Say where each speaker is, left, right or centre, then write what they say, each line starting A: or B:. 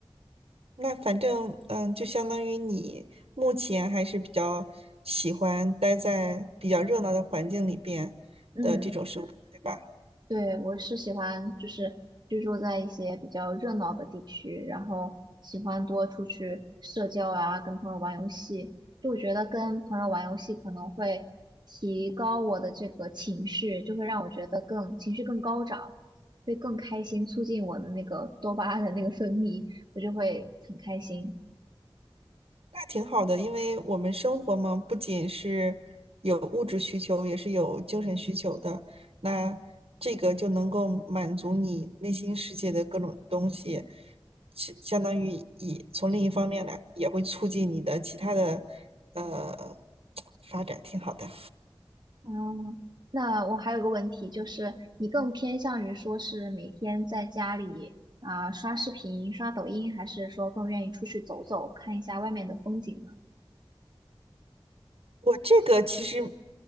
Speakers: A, on the right; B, on the right.
A: 那反正嗯，就相当于你目前还是比较喜欢待在比较热闹的环境里边的这种生活，
B: 嗯。
A: 对吧？
B: 对，我是喜欢就是居住在一些比较热闹的地区，然后喜欢多出去社交啊，跟朋友玩游戏。就我觉得跟朋友玩游戏可能会提高我的这个情绪，就会让我觉得更情绪更高涨，会更开心，促进我的那个多巴胺的那个分泌，我就会很开心。
A: 那挺好的，因为我们生活嘛，不仅是有物质需求，也是有精神需求的。那这个就能够满足你内心世界的各种东西，是相当于以从另一方面来，也会促进你的其他的呃 <tsk> 发展，挺好的。
B: 嗯，那我还有个问题，就是你更偏向于说是每天在家里啊、刷视频、刷抖音，还是说更愿意出去走走，看一下外面的风景呢？
A: 我这个其实